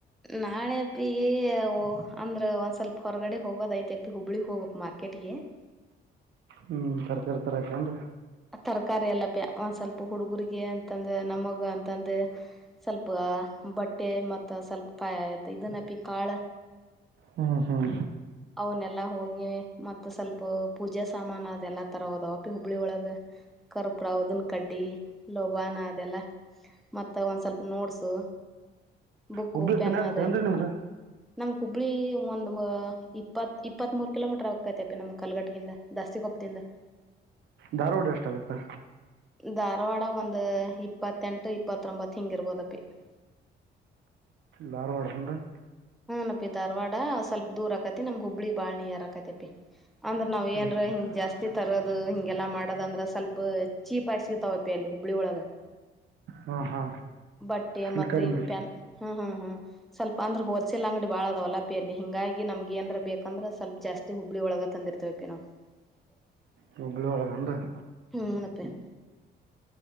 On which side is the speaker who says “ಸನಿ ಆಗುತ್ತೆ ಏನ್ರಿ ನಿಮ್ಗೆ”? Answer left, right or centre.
Right